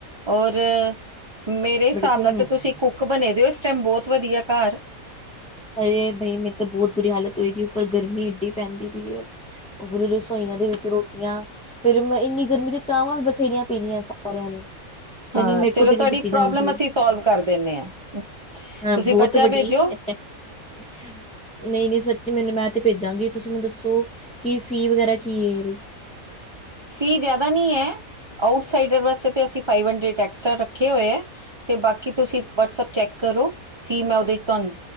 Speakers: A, on the right; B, in the centre.
A: ਔਰ ਮੇਰੇ ਹਿਸਾਬ
B: ਬੜੇ ਦਿਨ
A: ਨਾਲ ਤੇ
B: ਹੋ ਗਏ।
A: ਤੁਸੀਂ ਕੁੱਕ ਬਣੇ ਦੇ ਓ ਇਸ ਟਾਈਮ ਬਹੁਤ ਵਧੀਆ ਘਰ
B: ਹਾਏ ਬਈ ਮੇਰੀ ਤਾਂ ਬਹੁਤ ਬੁਰੀ ਹਾਲਤ ਹੋਏਗੀ ਉੱਪਰ ਗਰਮੀ ਏਡੀ ਪੈਂਦੀ ਪੀ ਐ। ਉਪਰੋ ਰਸੋਈਆਂ ਦੇ ਵਿੱਚ ਰੋ ਟੀਆਂ ਫੇਰ ਇੰਨੀ ਗਰਮੀ ਚ ਚਾਵਾਂ ਵੀ ਬਥੇਰੀਆਂ ਪੀਣੀਆਂ ਸਾਰਿਆਂ ਨੇ ਪਤਾ
A: ਹਾਂ
B: ਨੀ ਮੇਰੇ ਕੋਲ
A: ਚਲੋ
B: ਤੇ ਨੀ
A: ਤੁਆਡੀ
B: ਪੀਤੀ ਜਾਂਦੀ।
A: ਪ੍ਰੋਬਲਮ ਅਸੀਂ ਸੋਲਵ ਕਰ ਦਿੰਨੇ ਆ।
B: ਹਾਂ
A: ਤੁਸੀਂ
B: ਬਹੁਤ
A: ਬੱਚਾ ਭੇਜੋ
B: <unintelligible> ਨਈ ਨਈ ਸੱਚੀ ਮੈਨੂੰ ਮੈਂ ਤੇ ਭੇਜਾਂਗੀ ਤੁਸੀਂ ਮੈਨੂੰ ਦੱਸੋ ਕਿ ਫੀ ਵਗੈਰਾ ਕੀ ਐ ਏਦੀ
A: ਫੀ ਜਾਦਾ ਨੀ ਐ ਆਊਟਸਾਈਡਰ ਵਾਸਤੇ ਤੇ ਅਸੀਂ ਫਾਈਵ ਹੰਡਰਡ ਐਕਸਟਰਾ ਰੱਖੇ ਹੋਏ ਐ। ਤੇ ਬਾਕੀ ਤੁਸੀਂ ਵਟਸਅਪ ਚੈੱਕ ਕਰੋ ਫੀ ਮੈਂ ਉਹਦੇ ਚ ਤਾਨ